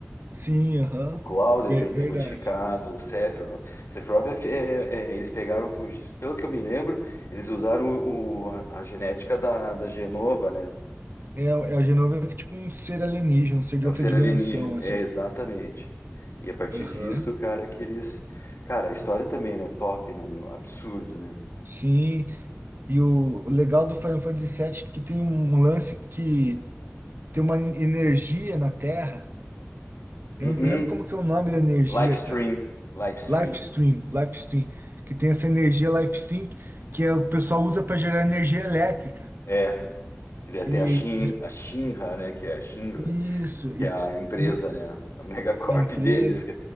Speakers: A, on the right; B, on the left.
A: Sim, aham.
B: O Cloud
A: Ve-
B: é ju-
A: Verdade.
B: é modificado, o Sephiroth. Sephiroth é, fi- é- é- eles pegaram, que os- pelo que eu me lembro, eles usaram o, a a genética da, da Genova, né?
A: É, é a Genova é tipo um ser alienígena, um ser
B: É
A: de
B: um
A: outra
B: ser
A: dimensão,
B: alienígena.
A: assim.
B: É, exatamente. E a partir
A: Aham.
B: disso, cara, que eles. Cara, a história também, né? Top, né, meu? Absurdo, né?
A: Sim. E o legal do Final Fantasy sete é que tem um lance que Tem uma energia na Terra. Eu
B: Uhum.
A: não me lembro como que é o nome da energia,
B: Livestream.
A: cara.
B: Livestream.
A: Lifestream, Lifestream, que tem essa energia Lifestream que é, o pessoal usa para gerar energia elétrica.
B: É. E daí Tem
A: E
B: a Shin,
A: diz-
B: a Shinra, né? Que é a Shinra,
A: isso,
B: que
A: e
B: é a empresa,
A: mu-
B: né? A megacorp
A: a empresa,
B: <laughs> deles.